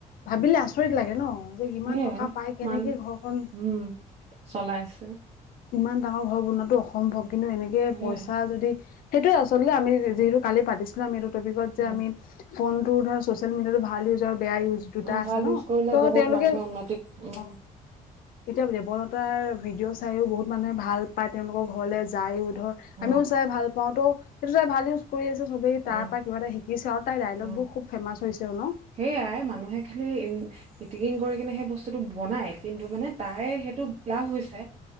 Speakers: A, on the left (about 65°); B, on the right (about 45°).
A: ভাবিলে আচৰিত লাগে ন'? যে, কিমান
B: সেয়াই
A: টকা পায় কেনেকে
B: মান
A: ঘৰখন
B: উম, চলাইছে
A: ইমান ডাঙৰ ঘৰ বনোৱাটো অসম্ভৱ, কিন্তু এনেকে
B: সেয়াই
A: পইচা যদি, সেইটোয়ে আচলতে আমি যিহতু কালি পাতিছিলো আমি এইটো টপিকত
B: উম,
A: যে আমি ফোনটো ধৰা ছ'চিয়েল মিডিয়াটো ভাল ইউজ আৰু বেয়া ইউজ দুটা
B: অ',
A: আছে
B: ভাল
A: ন'?
B: ইউজ কৰিলে
A: ত'তেওঁলোকে,
B: বহুত মানুহে উন্নতি উম,
A: অ'। তেতিয়া দেৱলতাৰ ভিডিঅ' চায়ও বহুত মানুহে ভাল পায় তেওঁলোকৰ ঘৰলে যায়ো ধৰ
B: উম,
A: আমিও চাই ভাল পাওঁ ত' সেইটো চাই ভাল ইউজ কৰি আছে চবেই৷তাইৰ
B: উম,
A: পৰা কিবা এটা শিকিছে আৰু তাইৰ ডাইলগবোৰ
B: উম,
A: খুব ফেমাছ হৈছেও ন'?
B: সেইয়াই মানুহে খালি উ ইতিকিং কৰি কিনে সেই বস্তুটো বনাই কিন্তু মানে তাই সেইটো লাভ হৈছে৷